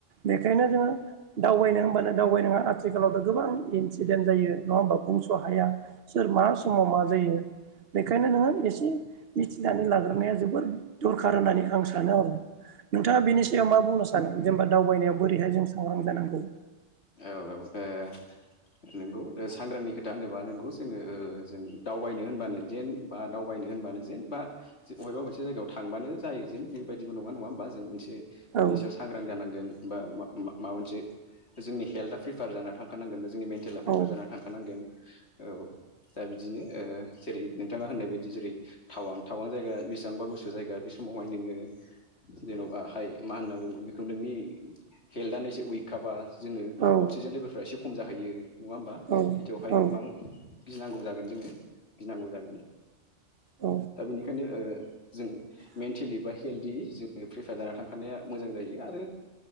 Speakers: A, on the right; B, on the left.
A: बेखायनो जोङो दावबायनो होनबानो दावबायनाङा आथिखालावथ' गोबां इनसिडेन्ट जायो नङा होनोमबा बुं स' हाया सोर मा समाव मा जायो बेखायनो नोङो एसे मिथिनानै लाग्रोनाया जोबोद दरखार होननानै आं सानो आरो नोंथाङा बेनि सायाव मा बुंनो सानो? जेनेबा दावबायनायाव बोरैहाय जों सांग्रां जानांगौ
B: औ औ औ नोंगौ सांग्रांनि खोथा होनोबा नोंगौ जोङो जों दावबायनो होनबानो जेन बा दावबायनो होनबानो जेन बा बबेबा मोनसे जायगायाव थांबानो जायो जेन बेबायदिबो नङा नङा होमबा जों इसे बिनि
A: औ
B: सायाव सांग्रां जानांगोन बा माबा मोनसे जोंनि हेल्था प्रिफयार जानानै थांखानांगोन बा जोंनि मेन्टेला प्रिफयार
A: औ
B: जानानै थांखानांगोन औ दा बिदिनो जेरै नोंथाङा होननाय बायदि जेरै थावां थावां जायगा बेसेबांबा गुसु जायगा बे समावहाय नोङो जेन'बा हाय मा होनना बुंगोन बेखौ नोंनि हेल्थानो एसे उइकखाबा जोङो
A: औ
B: अक्सिजेन लेभेलफ्रा एसे खम जाहैयो नङा होमबा
A: औ
B: बिदियावहाय
A: औ
B: गोबां गिनांगौ जागोन जोङो गिनांगौ जागोन
A: औ
B: दा बेनिखायनो जों मेन्टेलि बा हेल्दि जों प्रिफेयार जाना थांखानाया मोजां जायो आरो